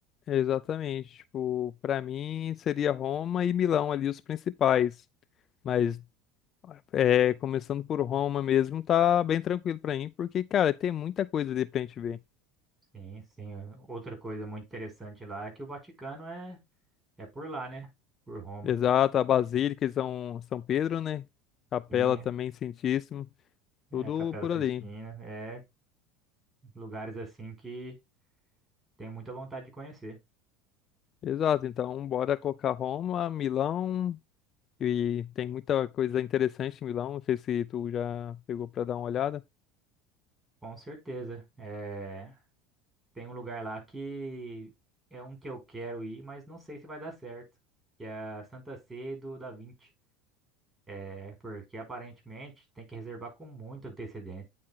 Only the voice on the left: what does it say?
exatamente. Tipo, pra mim seria Roma e Milão ali os principais. Mas é, começando por Roma mesmo, tá bem tranquilo pra mim, porque, cara, tem muita coisa ali pra gente ver.
Exato, a Basílica de São, São Pedro, né? Capela
também, Santíssimo,
tudo
por
ali.
Exato, então bora colocar Roma, Milão, e tem muita coisa interessante em Milão, não sei se tu já pegou pra dar uma olhada.